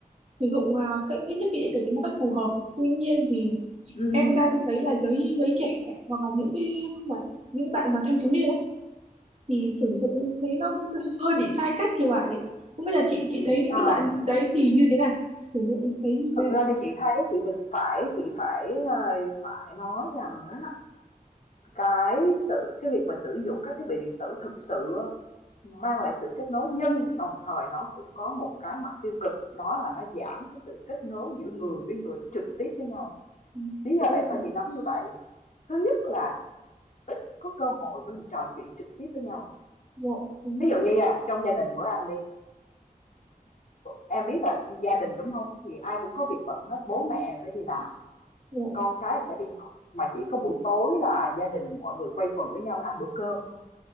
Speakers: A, on the right; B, on the left.
A: sử dụng à, các những cái thiết bị điện tử đến một cách phù hợp tuy nhiên thì
B: ừm
A: em
B: hứm.
A: đang thấy là giới giới trẻ hoặc là những cái không phải những cái bạn mà thanh thiếu niên ấy thì sử dụng thấy nó cũng hơi bị sai cách thì phải không biết là chị chị thấy những
B: Ờ
A: cái bạn đấy thì như thế nào sử dụng thấy như
B: thực
A: thế nào
B: ra thì chị thấy chị thì phải chị phải, ờ, phải nói rằng á, cái sự cái việc mà sử dụng các thiết bị điện tử thực sự, mang lại sự kết nối nhưng đồng thời nó cũng có một cái mặt tiêu cực, đó là nó giảm cái sự kết nối giữa người với người trực tiếp với nhau.
A: Ừ,
B: Lý do
A: đúng,
B: tại sao chị nói như vậy? Thứ nhất là ít có cơ hội để mình trò chuyện trực tiếp với nhau.
A: dạ, đúng,
B: Thí dụ như nha, trong gia đình bữa ăn đi em biết là gia đình đúng không thì ai cũng có việc bận hết bố mẹ phải đi làm
A: dạ,
B: con cái thì phải đi học mà chỉ có buổi tối là gia đình mọi người quây quần với nhau ăn bữa cơm thôi